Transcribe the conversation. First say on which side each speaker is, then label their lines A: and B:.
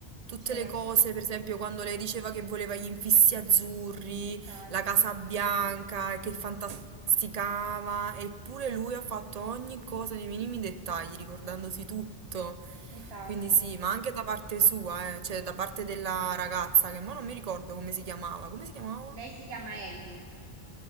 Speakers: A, on the right; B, on the right.
A: Tutte
B: Cioè,
A: le
B: è assurdo.
A: cose, per esempio, quando lei diceva che voleva gli infissi azzurri,
B: Esatto,
A: la Casa Bianca, e che fantasticava, eppure lui ha fatto ogni cosa nei minimi dettagli, ricordandosi
B: esatto,
A: tutto.
B: esatto.
A: Quindi sì, ma anche da parte sua, eh, cioè da parte della ragazza, che mo non mi ricordo come si chiamava. Come si chiamava?
B: Lei si chiama Ellie,